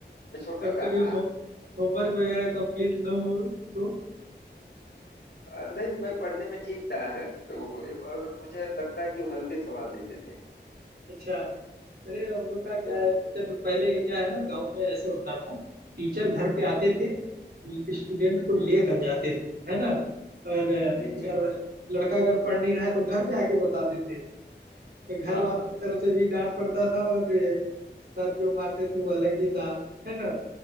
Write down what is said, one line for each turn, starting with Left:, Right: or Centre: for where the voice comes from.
Left: मैं छोटा
Right: कभी कभी
Left: था ना
Right: होम होमवर्क वगैरह कंप्लीट ना हो तो
Left: अ, नहीं मैं पढ़ने में ठीक था है तो और मुझे लगता है कि वो हल्के सवाल देते थे
Right: अच्छा अरे हम लोग का क्या
Left: तो
Right: है टीचर लोग पहले क्या है ना गांव में ऐसे होता था टीचर घर पे
Left: हम्म
Right: आते
Left: हम्म
Right: थे स्टूडेंट को
Left: हम्म,
Right: लेकर जाते थे है ना और
Left: जी
Right: अगर
Left: जी
Right: लड़का अगर पढ़ नहीं रहा है तो घर पे आके बताते थे तो घर
Left: हाँ
Right: वालों
Left: हाँ
Right: की तरफ से भी डांट पड़ता था और अ, सर जो मारते थे वो अलग ही था है ना